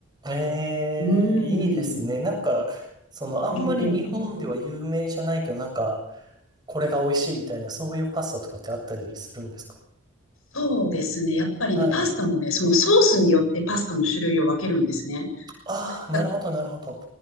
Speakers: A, on the right; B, on the left.
A: ええ、
B: うーん。
A: いいですね。なんか、その、あんまり日本では有名じゃないけどなんか
B: うんうん。
A: これが美味しいみたいなそういうパスタとかってあったりするんですか
B: そうですね。やっぱりね、
A: はい
B: パスタもね、そのソースによってパスタの種類を分けるんですね。
A: ああ、
B: だ
A: なるほど、なるほど。